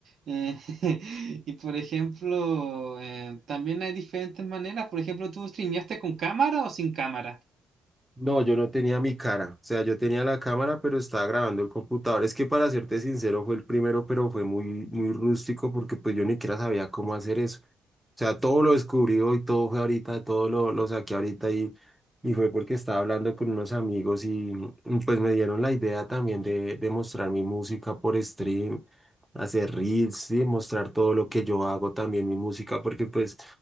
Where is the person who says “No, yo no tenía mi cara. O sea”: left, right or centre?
Centre